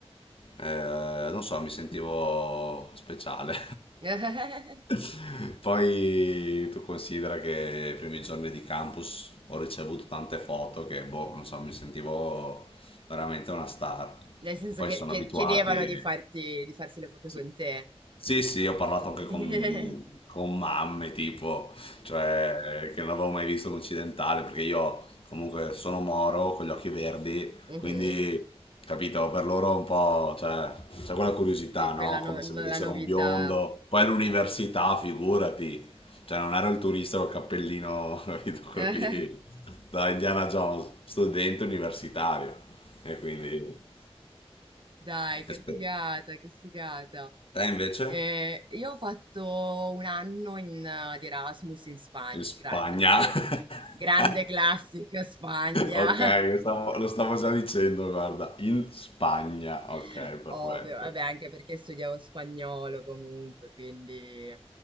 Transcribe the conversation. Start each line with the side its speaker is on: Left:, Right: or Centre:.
Left: Eh, non so, mi sentivo speciale.
Right: <laughs>
Left: <laughs> Poi tu considera che i primi giorni di campus ho ricevuto tante foto che, boh, non so, mi sentivo veramente una star.
Right: Nel senso
Left: Poi
Right: che
Left: sono
Right: che-
Left: abituati.
Right: chiedevano di farti, di farsi le foto
Left: Sì,
Right: con te.
Left: sì, sì, ho parlato
Right: <laughs>
Left: anche con, con mamme, tipo, cioè, che non avevo mai visto un occidentale, perché io comunque sono moro, con gli occhi verdi,
Right: Mhm.
Left: quindi, capito, per loro è un po', cioè, c'è quella curiosità,
Right: Sì, quella
Left: no?
Right: no-
Left: Come
Right: no-
Left: se vedessero
Right: la novità.
Left: un biondo, poi all'università, figurati, cioè, non ero il turista col cappellino, <laughs> capito, quello
Right: <laughs>
Left: lì, da Indiana Jones, studente universitario, e quindi,
Right: Dai, che
Left: aspetta,
Right: figata, che figata.
Left: te invece?
Right: Eh, io ho fatto un anno in, eh, di Erasmus in Spagna,
Left: In Spagna.
Right: gra- sì, grande
Left: <laughs>
Right: classica Spagna,
Left: Ok, lo stavo, lo stavo già dicendo, guarda, in Spagna.
Right: <laughs>
Left: Ok, perfetto.
Right: ovvio, vabbè, anche perché studiavo spagnolo comunque, quindi